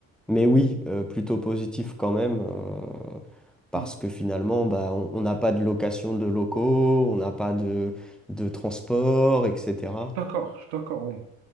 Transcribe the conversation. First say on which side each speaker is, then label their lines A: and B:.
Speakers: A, in the centre; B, on the right.
A: Mais oui, euh, plutôt positif quand même, euh, parce
B: hmm,
A: que finalement, bah, on on n'a pas de location de locaux, on n'a pas de, de transport, etc.
B: D'accord, je suis d'accord, oui.